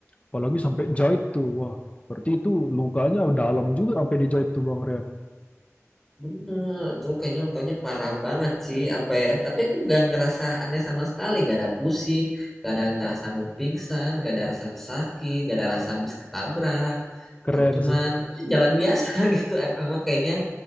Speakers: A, on the left; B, in the centre.
A: Apalagi sampai jahit tuh. Wah, berarti itu lukanya dalam juga sampai dijahit tuh Bang Rian.
B: Bener, tuh kayaknya lukanya parah banget sih, apa ya? Tapi aku nggak ngerasa aneh sama sekali, nggak ada pusing, nggak ada ngerasa mau pingsan, nggak ada rasa sakit, nggak ada rasa habis ketabrak.
A: Keren
B: Te- Cuman
A: sih.
B: ya, jalan biasa <laughs> gitu. Em- Emang kayaknya